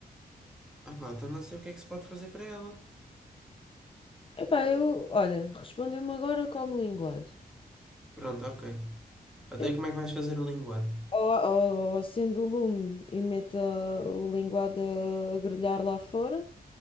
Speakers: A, in the centre; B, on the left.
A: Ah pá, então não sei o que é que se pode fazer para ela.
B: Epá, eu, olha, respondeu-me agora como linguado.
A: Pronto, ok. Até
B: Eu,
A: e como é que vais fazer o linguado?
B: ou, ou, ou acendo o lume e meto ah, o linguado a grelhar lá fora.